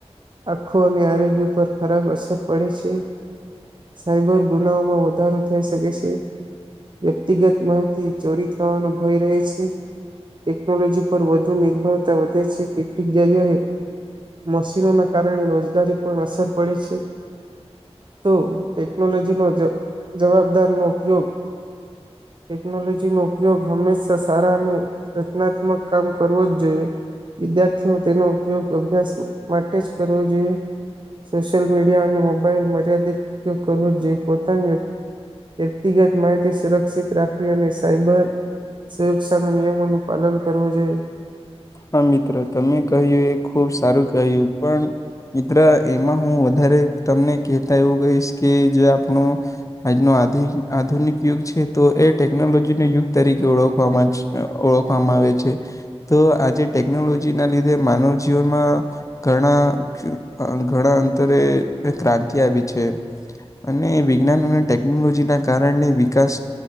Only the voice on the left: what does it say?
હા મિત્ર તમે કહ્યું એ ખુબ સારું કહ્યું પણ મિત્ર એમાં હું વધારે તમને કહેતા એવું કહીશ કે જો આપણું. આજનો આધી આધુનિક યુગ છે તો એ ટેકનોલોજીએ. ને યુગ તરીકે ઓળખવામાં ઓળખવામાં આવે છે. તો આજે ટેકનોલોજી ના લીધે માનવ જીવનમાં.. ઘણા ઘણા અંતરે ક્રાંતિ આવી છે. અને વિજ્ઞાન અને ટેકનોલોજી ના કારણે વિકાસ